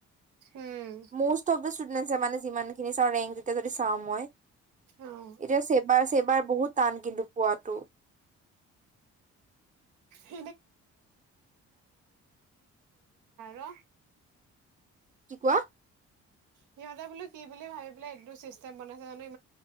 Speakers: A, on the right (about 80°); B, on the right (about 25°).
A: উম,
B: মষ্ট অফ দা ষ্টুডেণ্টে মানে যিমান খিনি চাওঁ ৰেংক যেতিয়া যদি চাওঁ মই এতিয়া
A: অ',
B: চেবাৰ চেবাৰ বহুত টান কিন্তু পোৱাটো
A: <unintelligible> ৰ
B: কি কোৱা?
A: সিহঁতে বোলো কি বুলি ভাবি পেলাই এইটো চিষ্টেম বনাইছে জানিব